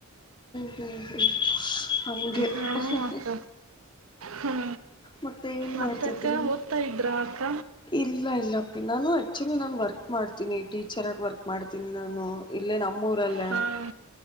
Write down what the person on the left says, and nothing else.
ಹ್ಮ ಹ್ಮ ಹಂಗೆ
ಹಃ ಹಃ
ಮತ್ತೆ ಏನ್
ಮಾಡ್ತಿದ್ರಿ
ಇಲ್ಲ ಇಲ್ಲ ಅಪ್ಪಿ ನಾನು ಅಕ್ಚ ನಾನ್ ವರ್ಕ್ ಮಾಡ್ತೀನಿ ಟೀಚರ್ ಆಗ್ ವರ್ಕ್ ಮಾಡ್ತೀನಿ ನಾನು ಇಲ್ಲೇ ನಮ್ಮೂರಲ್ಲೇ